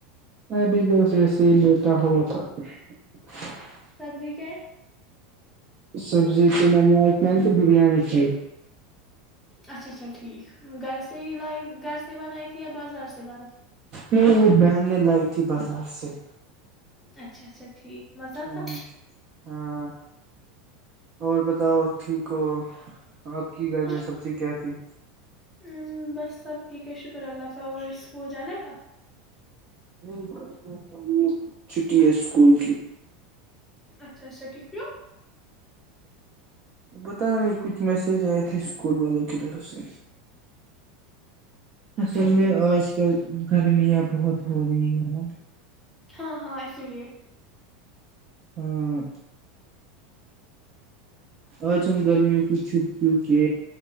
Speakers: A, on the right; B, in the centre.
A: ابھی ب ایسے ہی لیتا ہوا تھا <unintelligible>
B: سبزی کیا <unintelligible>
A: سبزی ت منی آئیتلن بریانی چ
B: اچھا اچھا ٹھیک گھرس لائ گھر سے بنائی تھی یا بازار سے لائی تھی
A: نہیں وہ بہن نے لائی تھی بازار سے
B: اچھا اچھا ٹھیک مزہ
A: ہ
B: تھا
A: ہاں اور بتاؤ ٹھیک ہو آپ کی گھر
B: ہاں،
A: میں سبزی کیا تھی
B: ام، بس سب ٹھیک ہے شکر اللہ کا اور اسکول جانا کا
A: نہیں چھٹی ہے اسکول کی
B: اچھا اچھا ٹھیکو
A: بتا نہیں کچھ میسج آئے تھے اسکول والوں کی طرف سے اصل
B: اچھا ٹھیک
A: میں آج کل گرمیاں بہت ہو رہی ہے نا
B: ہاں ہاں اسی لیے
A: ہوں آج ہم گرمیوں کی چھٹیوں کے